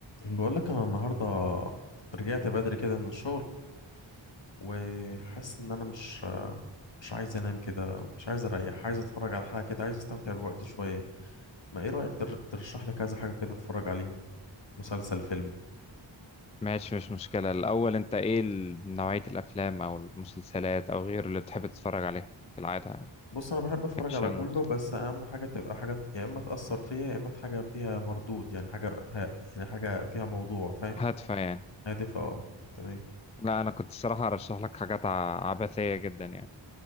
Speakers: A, on the left (about 60°); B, on the left (about 15°).
A: بقول لك انا النهارده رجعت بدري كده من الشغل وحاسس ان انا مش مش عايز انام كده مش عايز اريح عايز اتفرج على حاجه كده عايز استمتع بوقتي شويه ما ايه رايك تر- ترشح لي كذا حاجه كده اتفرج عليهم مسلسل فيلم
B: ماشي مش مشكلة الأول أنت إيه ال- نوعية الأفلام أو المسلسلات أو غيره اللي بتحب تتفرج عليها في العادة يعني
A: بص انا بحب اتفرج
B: أكشن
A: على كله بس اهم حاجه تبقى حاجه يا اما تاثر فيا يا اما حاجه فيها مردود يعني حاجه ه- يعني حاجه فيها موضوع فاهم
B: هادفة يعني
A: هادفه اه تمام
B: لا أنا كنت الصراحة أرشح لك حاجات ع- عبثية جدا يعني